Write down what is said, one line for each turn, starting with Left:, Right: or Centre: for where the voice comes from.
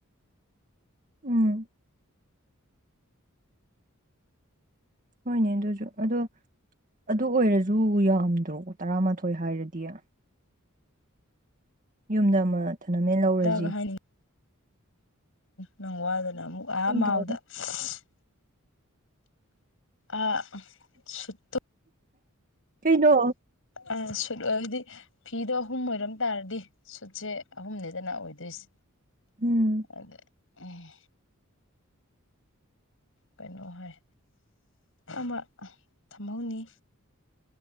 Right: ꯎꯝ ꯍꯣꯏꯅꯦ ꯑꯗꯨꯁꯨ ꯑꯗꯣ ꯑꯗꯨ ꯑꯣꯏꯔꯁꯨ ꯌꯥꯝꯗ꯭ꯔꯣ ꯇꯔꯥꯃꯥꯊꯣꯏ ꯍꯥꯏꯔꯗꯤꯅ ꯌꯨꯝꯗ ꯑꯃ ꯊꯅꯃꯦꯟ ꯂꯧꯔꯁꯤ
Left: ꯗꯒ ꯍꯥꯏꯅꯤꯡꯉꯛꯀꯅꯨ ꯅꯪ ꯋꯥꯗꯅ ꯑ
Right: ꯈꯪꯗ꯭ꯔꯦꯗ
Left: ꯃꯥꯎꯗ ꯑꯁ ꯑ ꯁꯨꯠꯇꯥ
Right: ꯀꯩꯅꯣ
Left: ꯑ ꯁꯂ ꯍꯥꯏꯗꯤ ꯐꯤꯗꯣ ꯑꯍꯨꯝ ꯑꯣꯏꯔꯝ ꯇꯥꯔꯗꯤ ꯁꯨꯠꯁꯦ ꯑꯍꯨꯝꯅꯦꯗꯅ ꯑꯣꯏꯗꯣꯏꯁꯦ
Right: ꯎꯝ
Left: ꯑꯗ ꯎꯝ ꯀꯩꯅꯣ ꯍꯥꯏ ꯑꯃ ꯊꯝꯍꯧꯅꯤ